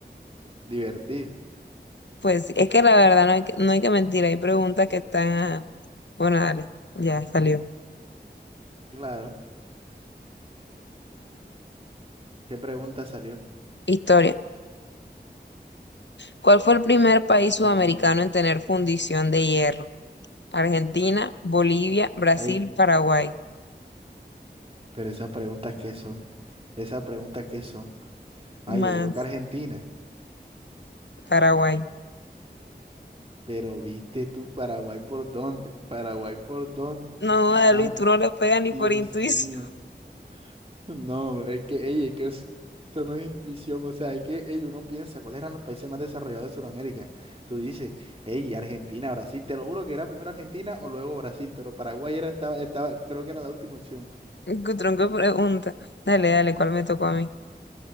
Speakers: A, on the right; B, on the left.
A: divertido.
B: Pues es que la verdad no hay que, no hay que mentir, hay preguntas que están... ah, Bueno, dale, ya salió.
A: Claro. ¿Qué pregunta salió?
B: Historia. ¿Cuál fue el primer país sudamericano
A: Mm,
B: en tener fundición de hierro? Argentina, Bolivia, Brasil,
A: ay,
B: Paraguay.
A: pero esas preguntas qué son, esas preguntas qué son.
B: Más
A: Ah, yo digo que Argentina,
B: Paraguay.
A: pero viste tú Paraguay por dónde, Paraguay por dónde.
B: No, joda,
A: Ah,
B: Luis, tú no le pegas ni
A: Dios
B: por intuición.
A: mío. <laughs> No, es que, ey, es que eso eso no es intuición, o sea, es que, ey, uno piensa, ¿cuáles eran los países más desarrollados de Sudamérica? Tú dices, ey, Argentina, Brasil, te lo juro que era primero Argentina o luego Brasil, pero Paraguay era, estaba, estaba, creo que era la última opción.
B: <laughs> Qué Tronco de pregunta. Dale, dale, ¿cuál me tocó a mí?